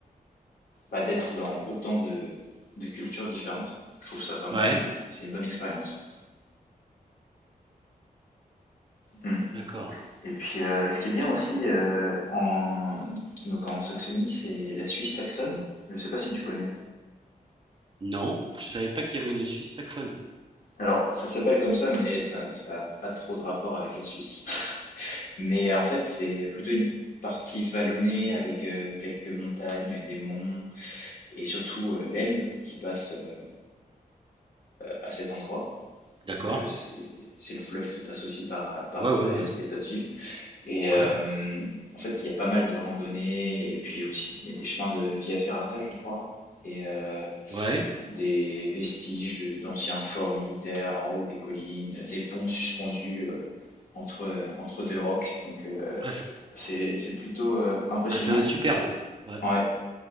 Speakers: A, on the left; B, on the right.
A: bah, d'être dans autant de, de cultures différentes. Je trouve ça vraiment,
B: ouais,
A: c'est une bonne expérience. Mm.
B: d'accord.
A: Et puis, euh, ce qui est bien aussi euh, en, donc en Saxonie, c'est la Suisse saxonne. Je ne sais pas si tu connais.
B: Non, je savais pas qu'il y avait une Suisse saxonne.
A: Alors, ça s'appelle comme ça, mais ça, n'a pas trop de rapport avec la Suisse. Mais euh, en fait, c'est plutôt une partie vallonnée avec euh, quelques montagnes, des monts et surtout euh, l'Elbe qui passe euh, à cet endroit.
B: D'accord.
A: Donc euh, c'est c'est le fleuve qui passe aussi par, par
B: Ouais,
A: Dresde
B: ouais, ouais,
A: et d'autres villes. Et
B: ouais,
A: euh, en fait, il y a pas mal de randonnées et puis aussi il y a des chemins de Via Ferrata, je crois, et euh,
B: ouais.
A: des vestiges de- d'anciens forts militaires en haut des collines, des ponts suspendus euh, entre, entre deux rocs. Donc euh,
B: Ah, ça,
A: c'est c'est plutôt euh, impressionnant.
B: ah, ça doit être superbe. Ouais,
A: Ouais,